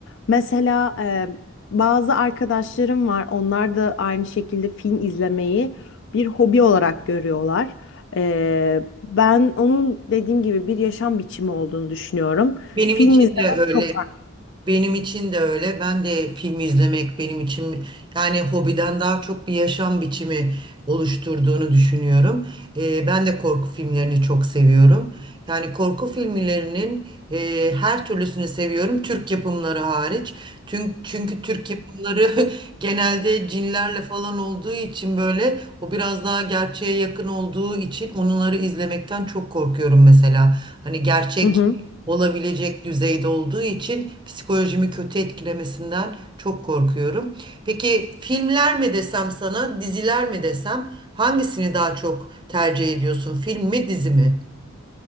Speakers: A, on the left (about 60°); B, on the right (about 20°).
A: Mesela e, bazı arkadaşlarım var. Onlar da aynı şekilde film izlemeyi bir hobi olarak görüyorlar. Ee, ben onun dediğim gibi bir yaşam biçimi olduğunu düşünüyorum.
B: Benim
A: Film
B: için
A: izlemek
B: de öyle.
A: çok farklı.
B: Benim için de öyle. Ben de film izlemek benim için yani hobiden daha çok bir yaşam biçimi oluşturduğunu düşünüyorum. Ee, ben de korku filmlerini çok seviyorum. Yani korku filmlerinin e, her türlüsünü seviyorum. Türk yapımları hariç. Çünkü, çünkü Türk yapımları <laughs> genelde cinlerle falan olduğu için böyle o biraz daha gerçeğe yakın olduğu için onları izlemekten çok korkuyorum mesela. Hani gerçek
A: Hı hı.
B: olabilecek düzeyde olduğu için psikolojimi kötü etkilemesinden çok korkuyorum. Peki filmler mi desem sana, diziler mi desem hangisini daha çok tercih ediyorsun? Film mi, dizi mi?